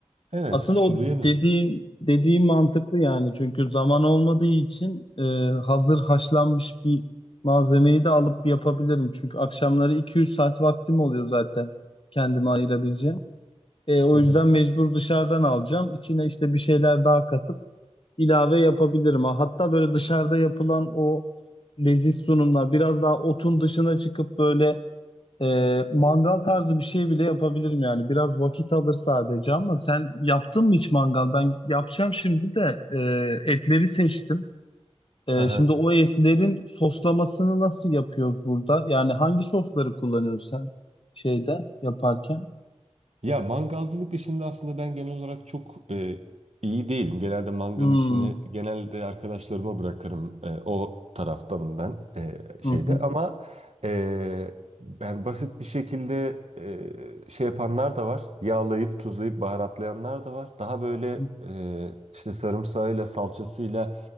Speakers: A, on the right; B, on the left.
A: Evet,
B: Aslında
A: sulu
B: o
A: yemek.
B: dediğin dediğim mantıklı yani çünkü zaman olmadığı için e, hazır haşlanmış bir malzemeyi de alıp yapabilirim. Çünkü akşamları 200 saat vaktim oluyor zaten kendime ayırabileceğim. E, o
A: Hı hı.
B: yüzden mecbur dışarıdan alacağım. İçine işte bir şeyler daha katıp ilave yapabilirim. Ha, Hatta böyle dışarıda yapılan o leziz sunumlar biraz daha otun dışına çıkıp böyle ee, mangal tarzı bir şey bile yapabilirim yani. Biraz vakit alır sadece ama sen yaptın mı hiç mangal? Ben yapacağım şimdi de e, etleri seçtim. E,
A: Hı hı.
B: şimdi o etlerin soslamasını nasıl yapıyoruz burada? Yani hangi sosları kullanıyorsun sen şeyde yaparken?
A: Ya mangalcılık işinde aslında ben genel olarak çok e, iyi değilim. Genelde mangal
B: Hmm,
A: işini genelde arkadaşlarıma bırakırım. E, o taraftanım ben e, şeyde
B: Hı hı.
A: ama e, yani basit bir şekilde e, şey yapanlar da var. Yağlayıp tuzlayıp baharatlayanlar da var. Daha böyle
B: hı.
A: e, işte sarımsağıyla salçasıyla